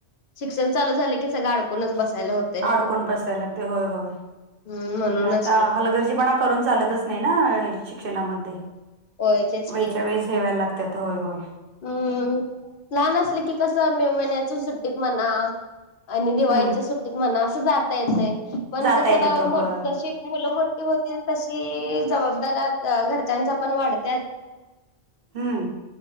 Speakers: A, on the left; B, on the right.
A: शिक्षण चालू झालं की सगळं अडकूनच बसायला होत.
B: आडकुण बसाय लागते होय होय
A: हम्म म्हणूनच
B: आणि आता
A: की
B: हलगर्जी पणा करुन चालतच नाही ना शिक्षणामध्ये
A: होय तेच
B: वेळच्या
A: की
B: वेळेस ठेवाय लागते. त्यात होय होय,
A: हम्म, लहान असलं की, कसं मे महिन्याच्या सुट्टीत म्हणा. आणि दिवाळीच्या
B: हम्म
A: सुट्टीत म्हणा असं जाता येतय पण
B: जाता
A: कस
B: येत
A: आता
B: होत
A: मोठी
B: होय
A: जशी. मुलं मोठी होतील तशी जबाबदार्या घरच्यांच्या पण वाढत्यात.
B: हम्म,